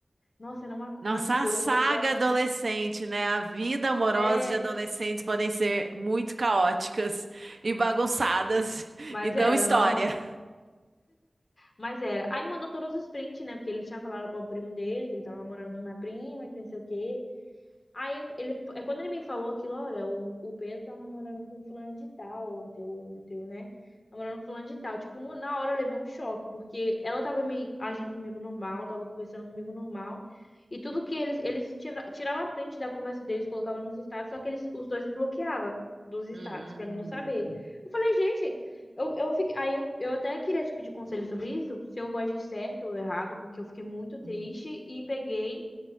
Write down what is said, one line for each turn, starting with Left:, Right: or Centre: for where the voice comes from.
Left: Nossa, era uma,
Right: Nossa,
Left: umas coisas
Right: a saga
Left: que eu vou te falar.
Right: adolescente, né? A vida amorosa
Left: É,
Right: de adolescentes podem ser muito caóticas e bagunçadas <laughs>
Left: mas
Right: e dão
Left: era,
Right: história.
Left: nossa. Mas era. Aí mandou todos os prints, né? Porque ele tinha falado para o primo dele, que ele tava namorando com minha prima, que não sei o quê. Aí ele, é quando ele me falou aquilo, olha, o, o Pedro tá namorando com fulano de tal, o teu, o teu, né? Namorando com fulano de tal. Tipo, no- na hora eu levei um choque, porque ela tava me agindo comigo normal, tava conversando comigo normal. E tudo que eles, eles tira, tirava print da conversa deles, colocava nos status, só que eles, os dois me bloqueavam dos status,
Right: Hum,
Left: pra mim não saber. Eu falei, gente, eu, eu fiquei, aí eu, eu até queria te pedir conselho sobre isso, se eu agi certo ou errado, porque eu fiquei muito triste
Right: uhum,
Left: e peguei.